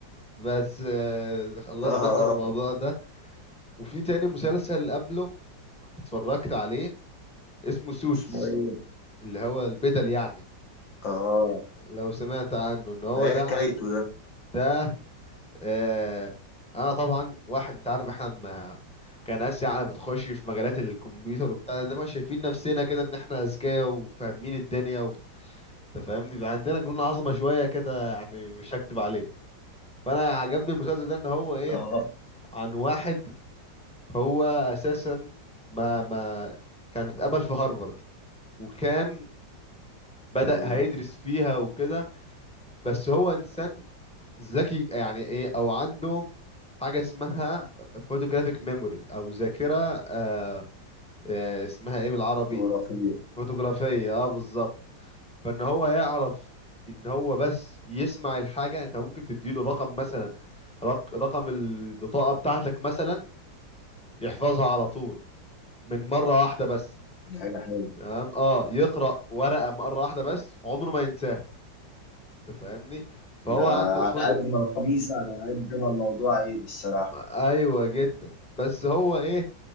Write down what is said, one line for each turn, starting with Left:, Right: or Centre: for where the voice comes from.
Centre: بس آه، خلصنا
Left: اه
Centre: احنا من الموضوع ده وفي تاني مسلسل قبله كنت اتفرجت عليه اسمه سوتس
Left: اسمه ايه
Centre: اللي هو البدل يعني
Left: اه
Centre: لو سمعت عنه ان هو
Left: ده ايه
Centre: ده
Left: حكايته
Centre: عن
Left: ده
Centre: ده آه، انا طبعا واحد انت عارف احنا ما كان اسيا يعني بتخش في مجالات الكمبيوتر وبتاع ده ما شايفين نفسنا كده ان احنا اذكياء وفاهمين الدنيا و- انت فاهمني بيبقى عندنا جنون عظمه شويه كده يعني مش هكدب عليك فانا عجبني المسلسل ده ان هو ايه
Left: اه
Centre: عن واحد هو اساسا ما ما كان اتقبل في هارفارد وكان بدأ
Left: مم.
Centre: هيدرس فيها وكده بس هو انسان ذكي يعني ايه او عنده حاجه اسمها فوتوجرافيك ميموري او ذاكره آه آه اسمها ايه بالعربي
Left: خرافية
Centre: فوتوغرافيه اه بالظبط فان هو يعرف ان هو بس يسمع الحاجه انت ممكن تديله رقم مثلا رق رقم البطاقه بتاعتك مثلا يحفظها على طول من مره واحده بس
Left: اي حاجة حلوة.
Centre: تمام اه يقرا ورقه مره واحده بس عمره ما ينساها تفهمني فهو
Left: ده
Centre: عنده
Left: على
Centre: قدر
Left: قد ما هو ميزة على قد ما الموضوع عيب الصراحة
Centre: ايوه جدا بس هو ايه